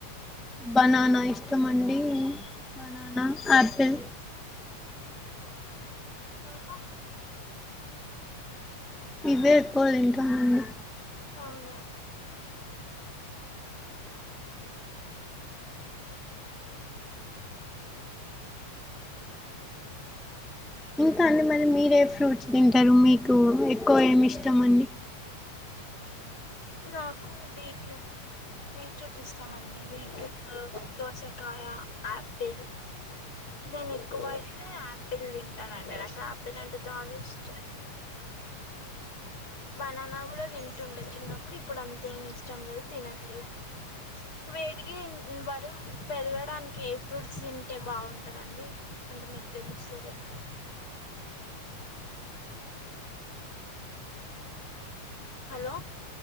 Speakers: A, in the centre; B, on the left (about 45°).
A: బనాన ఇష్టం అండి బననా ఆపిల్
B: కొప
A: ఇవే ఎక్కువ తింటనండి
B: అవున
A: ఇంకా అండి మరి మీరే ఫ్రూట్స్ తింటారు మీకు ఎక్కువ ఏమి ఇష్టం అండి
B: నాకు బీట్రూట్ బీట్రూట్ ఇష్టమండి బీట్రూట్ దోసాకాయ ఆపిల్ నేను ఎక్కువ అయితే ఆపిల్ తింటానుండి నాకు ఆపిల్ అంటే చాలా ఇష్టం <inaudible> బనానా కూడ తింటుండే చిన్నప్పుడు ఇప్పుడు అంత ఏం ఇష్టం లేదు తినట్లేదు వెయిట్ గైన్ బరువు పెదగడానికి ఏ ఫ్రూట్స్ తింటే బాగుంటదండి అంటే మీకు తెలిస్తే చెప్పండి హలో